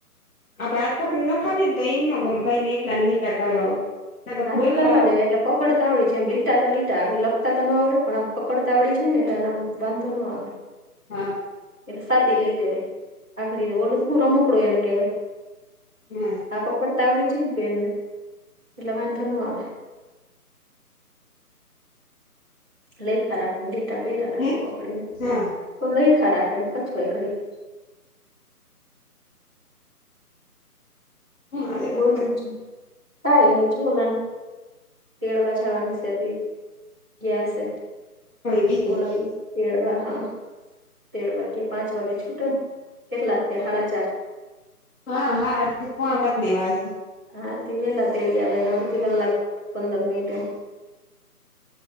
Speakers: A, on the left; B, in the centre.
A: આપડ હા પગત લખાવીએ ને તો એમનો ગમે ભાઈને એટલા ને વિચાર કરવા હોય નકર
B: હાથ
A: બોલ
B: થી
A: હા
B: કરવા દેવા એટલે પકડતાાવડી છે એમ લીટા તો લીટા લખતા તો ન આવડે પણ આમ પકડતાાવડી છે ને એટલે એમ વાંધો ન ના આવે
A: હા
B: એટલે સાદી લઈ દેવાય આગળ દ બોલું તો હું રમકડું એને કેવાય
A: હમ
B: આ પકડતા આવડી છે ને પેનને એટલેવાંધંધો ન આવે લઈખા રાખેને લીટા કીરા રાખે
A: હે
B: પકડીને
A: હા
B: લઈખા રાખે એમ હચવાય ઘડી
A: હું હાલે બાકી
B: બોલ છ કઈ નીચ બોલાનું તેડવાછાવાની શતી ગયાસે
A: હવે વિતી
B: બોલા
A: ગઈ
B: દ તેડવા હા તેડ વાગ્યે પાંચ વાગે છૂટે ને કેટલા છે હાડાચાર
A: હા હા પોણા પત્મ વાસ
B: હાથી વેલા તેડી આવેને અડધી કલાક પંદર મિનિટ એમ